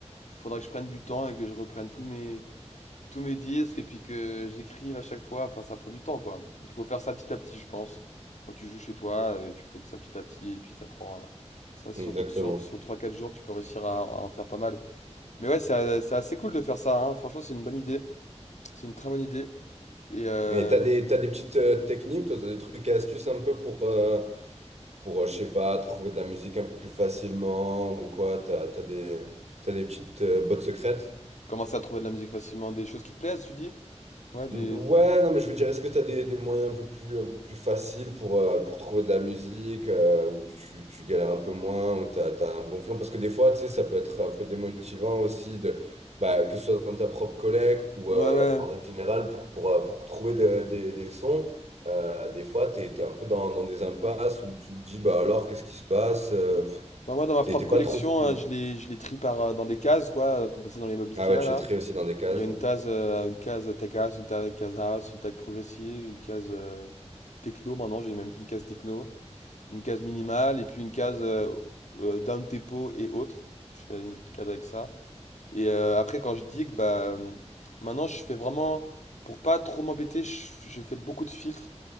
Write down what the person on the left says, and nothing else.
il faudra que je prenne du temps et que je reprenne tous mes, tous mes disques et puis que j'écrive à chaque fois. Enfin, ça prend du temps, quoi. Il faut faire ça petit à petit, je pense. Quand tu joues chez toi, euh, tu fais ça petit à petit et puis ça prend. euh, ça, sur,
sur, sur trois quatre jours, tu peux réussir à, à en faire pas mal. Mais ouais, c'est euh, c'est assez cool de faire ça. hein. Franchement, c'est une bonne idée. C'est une très bonne idée. Et euh,
commencer à trouver de la musique facilement. Des choses qui te plaisent, tu dis? Ouais, des.
Ouais,
ouais.
Bah, moi, dans ma
propre
collection,
hein, je les, je les trie par, euh, dans des cases, quoi. euh, Dans dans les meubles Ikea,
là.
Il y a une case, euh, une case tech house, une ta- case house, une tech progressive, une case euh, techno. Maintenant, j'ai même fait une case techno, une case minimale et puis une case euh, euh, down tempo et autres. Je fais une autre case avec ça. Et euh, après, quand je digue, bah euh, maintenant, je fais vraiment pour pas trop m'embêter. Je, je fais beaucoup de filtres